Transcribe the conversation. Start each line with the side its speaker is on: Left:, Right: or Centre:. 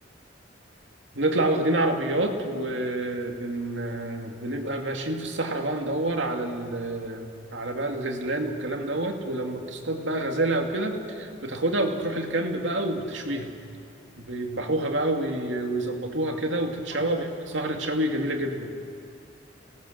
Right: نطلع واخدين عربيات وبن بنبقى ماشيين في الصحراء بقى ندور على ال... على بقى الغزلان والكلام دوت ولما بتصطاد بقى غزالة او كده بتاخدها وبتروح الكامب بقى وبتشويها بيذبحوها بقى وي- ويظبطوها كده وتتشوى
Left: قول لي بقى
Right: بيبقى سهرة شوي جميلة جدا